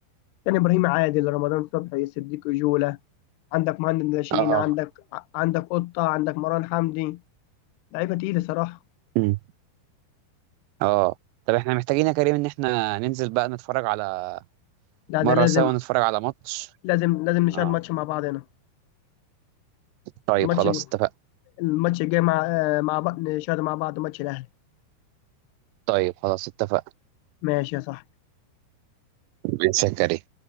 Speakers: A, on the left (about 80°); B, on the right (about 85°).
A: كان ابراهيم عادل رمضان صبحي صديق جوله عندك مهند ناشئين
B: اه
A: عندك عندك قطة عندك مروان حمدي لعيبة تقيلة صراحة
B: مم. اه طب احنا محتاجين يا كريم ان احنا ننزل بقى نتفرج على
A: لا
B: مره
A: ده لازم
B: سوا نتفرج على ماتش
A: لازم لازم نشاهد
B: اه
A: ماتش مع بعض هنا
B: طيب
A: الماتش
B: خلاص اتفق
A: الماتش الجاي مع آه، مع بعض نشاهد مع بعض ماتش الأهلي
B: طيب خلاص اتفق
A: ماشي يا صاحبي
B: بن سكري